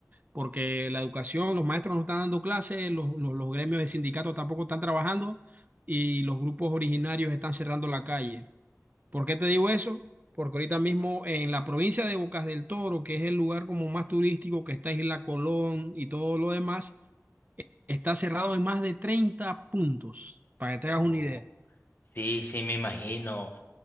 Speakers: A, on the right; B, on the left.
A: Porque la educación, los maestros no están dando clases, los, los, los gremios de sindicatos tampoco están trabajando y los grupos originarios están cerrando la calle. ¿Por qué te digo eso? Porque ahorita mismo en la provincia de Bocas del Toro, que es el lugar como más turístico, que está Isla Colón y todo lo demás, eh, está cerrado en más de 30 puntos, para que te
B: Oh,
A: hagas una idea.
B: Sí, sí, me imagino.